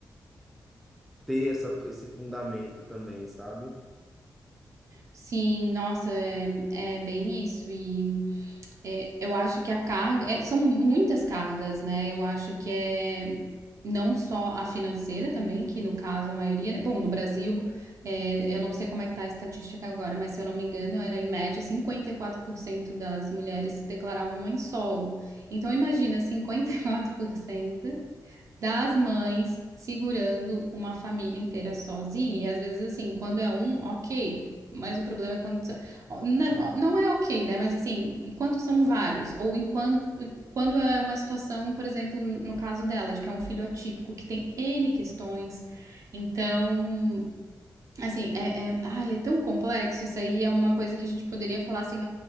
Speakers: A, in the centre; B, on the right.
A: ter essa, esse fundamento também, sabe?
B: Sim, nossa, é, é bem isso. E É, eu acho que a carga. é, são muitas cargas, né? Eu acho que é não só a financeira também, que no caso a maioria. né? Bom, no Brasil, é, eu não sei como é que tá a estatística agora, mas se eu não me engano, era em média 54% das mulheres se declaravam mãe solo. Então imagina, 54% das mães segurando uma família inteira sozinha. E às vezes, assim, quando é um, ok. Mas o problema é quando. Não, não é ok, né? Mas assim, enquanto são vários, ou enquanto. Quando é uma situação, por exemplo, no caso dela, de que é um filho atípico, que tem N questões. Então, assim, é, é, ai, é tão complexo. Isso aí é uma coisa que a gente poderia falar assim,